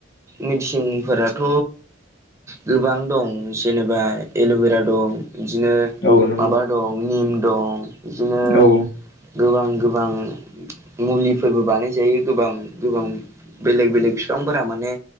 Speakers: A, on the right (about 15°); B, on the left (about 50°).
A: मेडिसिनफोराथ' गोबां दं जेनेबा एल'भेरा दं इदिनो
B: औ नंगौ
A: माबा दं निम दं इदिनो
B: औ
A: गोबां गोबां मुलि फोरबो बानायजायो गोबां गोबां बेलेग बेलेग बिफांफोरा माने